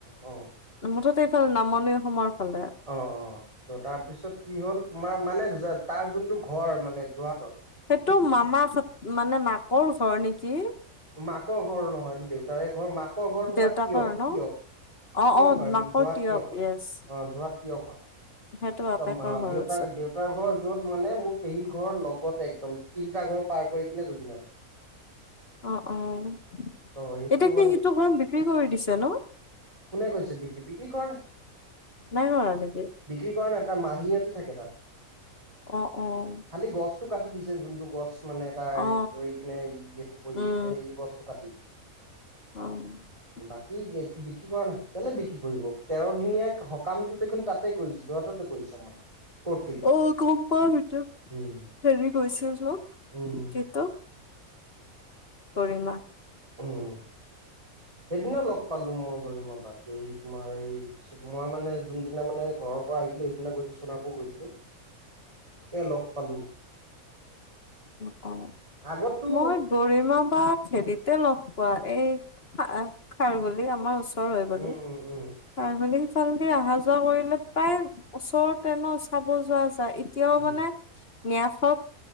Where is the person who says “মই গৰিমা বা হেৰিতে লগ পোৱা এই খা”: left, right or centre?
Left